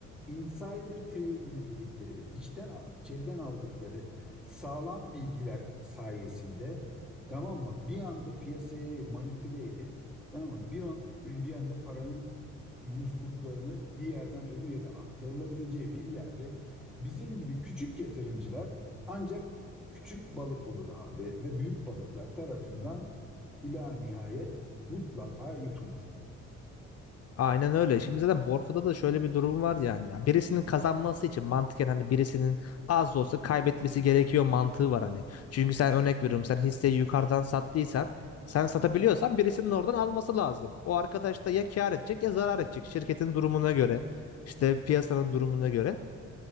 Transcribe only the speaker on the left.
Aynen öyle. Şimdi zaten borsada da şöyle bir durum var yani. Ya birisinin kazanması için mantıken hani birisinin az da olsa kaybetmesi gerekiyor mantığı var hani. Çünkü sen örnek veriyorum sen hisseyi yukarıdan sattıysan sen satabiliyorsan birisinin oradan alması lazım. O arkadaş da ya kâr edecek ya zarar edecek şirketin durumuna göre. işte piyasanın durumuna göre.